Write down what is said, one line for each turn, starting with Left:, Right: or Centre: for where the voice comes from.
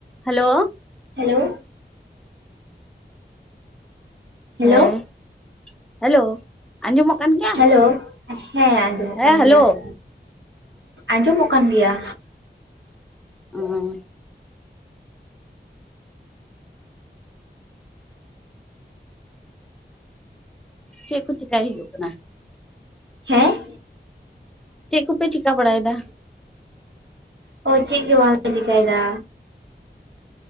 Centre: Hello
Right: hello hello
Centre: ᱦᱮᱸ hello ᱟᱸᱡᱚᱢᱚᱜ ᱠᱟᱱ ᱜᱮᱭᱟ
Right: ᱦᱮᱞᱳ ᱦᱮᱸ ᱟᱸᱡᱚᱢᱚᱜ
Centre: ᱦᱮᱸ
Right: ᱠᱟᱱ
Centre: ᱦᱮᱞᱳ
Right: ᱜᱮᱭᱟ- ᱟᱸᱡᱚᱢᱚᱜ ᱠᱟᱱ ᱜᱮᱭᱟ᱾
Centre: ᱦᱚᱸ ᱪᱮᱫ ᱠᱚ ᱪᱮᱠᱟᱭ ᱦᱩᱭᱩᱜ ᱠᱟᱱᱟ?
Right: ᱦᱮᱸᱻ
Centre: ᱪᱮᱫ ᱠᱚᱯᱮ ᱪᱤᱠᱟ ᱵᱟᱲᱟᱭᱫᱟ?
Right: ᱪᱮᱫ ᱜᱮ ᱵᱟᱝᱞᱮ ᱪᱮᱠᱟᱭᱫᱟ᱾